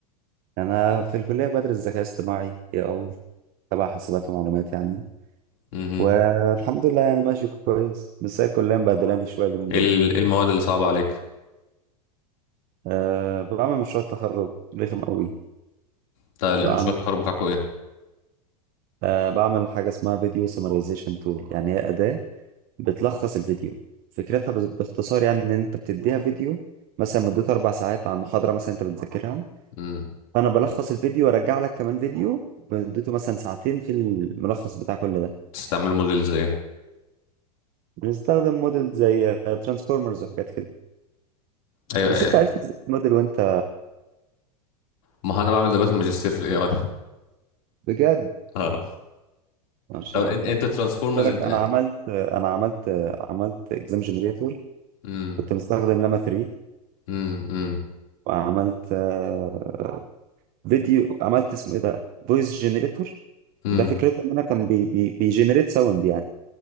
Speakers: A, on the right; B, on the left.
A: يعني أنا في الكلية بدرس ذكاء اصطناعي اي أي تبع حاسبات ومعلومات يعني
B: مهم.
A: والحمد لله يعني ماشي كويس بس هي الكلية مبهدلاني شوية اليومين دول
B: ايه ال- إيه المواد اللي صعبة عليك
A: أه بعمل مشروع تخرج رخم قوي
B: بتاع المشروع
A: بعمل
B: التخرج بتاعكم ايه
A: أه بعمل حاجة اسمها فيديو سمرايزيشن تول يعني هي أداة بتلخص الفيديو فكرتها بز- باختصار يعني إن أنت بتديها فيديو مثلا مدته أربع ساعات عن محاضرة مثلا أنت بتذاكرها
B: مم.
A: فانا بلخص الفيديو وارجع لك كمان فيديو مدته مثلا ساعتين في الملخص بتاع كل ده
B: بتستعملوا موديلز ايه
A: بنستخدم موديل زي ترانسفورمرز وحاجات كده
B: ايوه
A: بس
B: أيوة.
A: انت عرفت الموديل وانت
B: ما هو انا بعمل دلوقتي ماجستير في الاي اي
A: بجد
B: اه
A: ما شاء
B: طب إن-
A: الله
B: انت ترانسفورمرز
A: قلت لك
B: انت
A: انا عملت انا عملت عملت اكزام جنريتور
B: امم
A: كنت مستخدم لاما 3
B: امم
A: وعملت آه، فيديو عملت اسمه ايه ده فويس جنريتور
B: امم
A: ده فكرته ان انا كان بي بي بيجنريت ساوند يعني